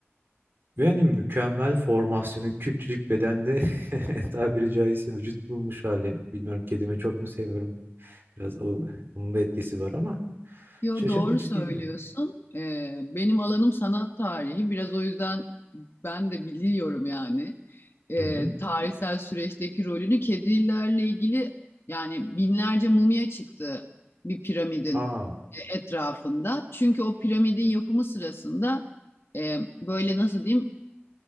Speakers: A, on the right (about 55°); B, on the left (about 60°).
A: Ve hani mükemmel formasyonu küçücük bedende <laughs> tabiri caizse vücut bulmuş hali. Bilmiyorum kedimi çok mu seviyorum. Biraz o, onun da etkisi var ama
B: Yo
A: şaşırtıcı
B: doğru söylüyorsun.
A: geliyor.
B: Ee, benim alanım sanat tarihi. Biraz o yüzden ben de biliyorum yani. Ee,
A: Hı hı.
B: tarihsel süreçteki rolünü kedilerle ilgili yani binlerce mumya çıktı bir piramidin
A: Aa.
B: etrafında. Çünkü o piramidin yapımı sırasında e, böyle nasıl diyeyim